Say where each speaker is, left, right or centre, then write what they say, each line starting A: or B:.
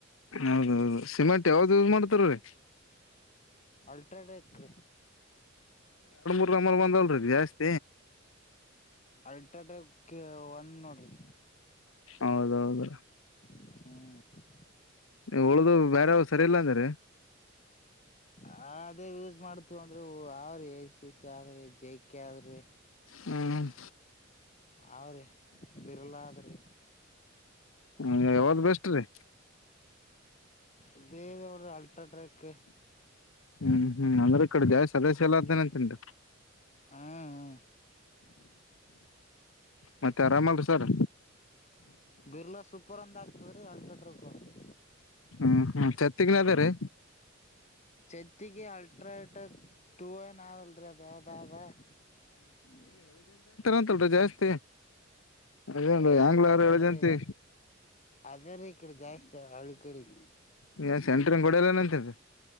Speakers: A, on the left (about 90°); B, on the left (about 35°).
A: ಹೌದೌದು ಸಿಮೆಂಟ್ ಯಾವ್ದ ಯೂಸ್ ಮಾಡ್ತಾರ ರೀ
B: ಅಲ್ಟ್ರಾಡೇಕ್ರ
A: ಮರ್ ಬಂದಲ್ರಿ ಜಾಸ್ತಿ
B: ಅಲ್ಟ್ರಾಟ್ರ್ಯಾಕ್ ಒನ್ ನೋಡ್ರಿ
A: ಹೌದೌದು
B: ಹ್ಮ
A: ನೀವು ಉಳ್ದ ಬೇರಾವ್ರು ಸರಿ ಇಲ್ಲ ಅಂದ್ರ
B: ಹ ಅದೇ ಯೂಸ್ ಮಾಡ್ ತಗೊಂಡ್ರಿ ಅವ್ರಿ ಎ ಸಿ ಸಿ ಆದ್ರಿ ಜೆ ಕೆ ಆದ್ರಿ
A: ಹ್ಮ್
B: ಅವ್ರರಿ ಬಿರಲ ಅದ್ರರಿ
A: ಹ್ಮ ಯಾವ್ದ್ ಬೆಸ್ಟ್ ರಿ
B: ಇದೇ ಆಲ್ಟೋ ಟ್ರಕ್
A: ಹ್ಮ್ ಹ್ಮ್ ಅಂದ್ರೆ ಈ ಕಡೆ ದಾವ ಸದಸ್ಯ ಎಲ್ಲ ಅಂತೇನಂತನ್ಟು
B: ಹ್ಞೂ ಹ್ಞೂ
A: ಮತ್ತೆ ಅರಾಮಲ್ರು ಸರ್
B: ಬಿರ್ಲ ಸೂಪರ್ ಒಂದು ಆಗ್ತದೆ ರೀ ಅಲ್ಟ್ರಾ ಟ್ರಕ ಅಂತು
A: ಹ್ಮ ಹ್ಮ ಚಛತ್ತಗನ ಅದ ರೀ
B: ಚೆತಿಗೆ ಅಲ್ಟ್ರಾಟಕ್ ತೂ ಏನಲ್ರಿ ಅದ್ ಯಾವ್ದದ ಹ್ಮ
A: ಅಂತಲ್ ಜಾಸ್ತಿ ಅದೇನು
B: ಏಜೆಂಟ್
A: ಆಂಗ್ಲಾರ
B: ಆಗ್ತಾರೆ
A: ಎಲ್ಲ ಜಂತಿ
B: ಅದೇ ರೀ ಈ ಕಡೆ ಜಾಸ್ತಿ ಹಳ್ಳಿ ಕಡೆ
A: ನ್ ಸೆಂಟ್ರಂಗ ಗಡಲ್ಲ ಅಂತರಿ